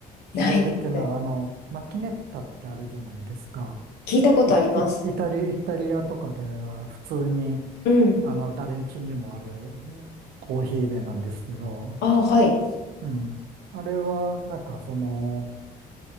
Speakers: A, on the right; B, on the left.
A: 手動でってのは、
B: ないですね。
A: あの、マキネッタってあるじゃないですか。
B: 聞いたことあります。
A: イ、イ、イタリ、イタリアとかでは普通に、
B: うん。
A: あの、誰ん家にもあるコーヒー入れなんですけど、
B: あ、はい。
A: うん。あれは、なんかその、